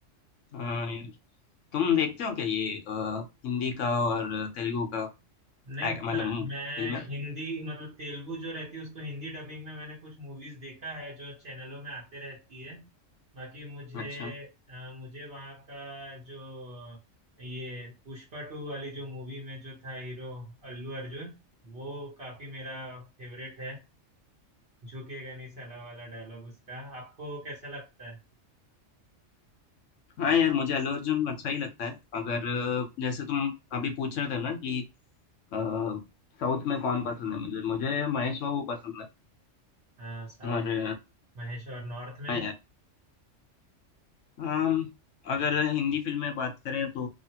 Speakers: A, on the left; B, on the right.
A: हाँ यार तुम देखते हो क्या ये अ, हिंदी का और तेलुगु का
B: नहीं
A: act- मतलब
B: ना, मैं
A: फिल्में
B: हिंदी मतलब तेलुगु जो रहती है उसको हिंदी डबिंग में मैंने कुछ मूवीज देखा है जो चैनलों में आते रहती है बाकी मुझे
A: अच्छा
B: आ, मुझे वहाँ का जो ये पुष्पा टू वाली जो मूवी में जो था हीरो अल्लू अर्जुन वो काफी मेरा फेवरेट है झुकेगा नहीं साला वाला डायलॉग उसका आपको कैसा लगता है
A: हाँ यार मुझे अल्लू अर्जुन अच्छा ही लगता है अगर अ, जैसे तुम अभी पूछ रहे थे ना कि अ, साउथ में कौन पसंद है मुझे मुझे महेश बाबू पसंद
B: हाँ साउथ
A: है और अ,
B: महेश और नॉर्थ में
A: हाँ यार अम, अगर हिंदी फिल्म में बात करें तो